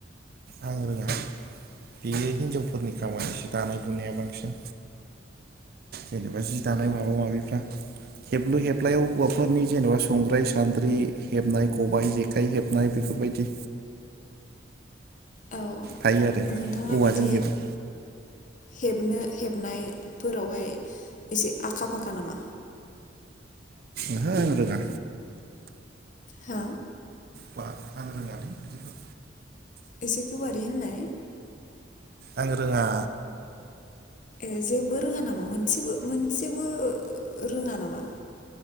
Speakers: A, on the right (about 55°); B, on the left (about 45°).
A: आं रोङा बेयो हिनजावफोरनि जि दानाय लुनाया बांसिन जेनेबा जि दानाय माबा माबिफ्रा हेबलु हेबलायाव हौवाफोरनि जेनेबा संग्राय सान्द्रि हेबनाय खबाय जेखाइ हेबनाय बेफोरबायदि
B: औ
A: हायो आरो
B: नोंथाङा
A: औवाजों
B: बिदि
A: हेबो।
B: हेबनो हेबनायफोरावहाय एसे आखा फाखा नामा?
A: ओंहो आं रोङा।
B: हा
A: बा आं रोङालै बिदिखौ,
B: एसे गोबारै होननाय
A: आं रोङा
B: ए जेबो रोङा नामा मोनसेबो मोनसेबो रोङा नामा?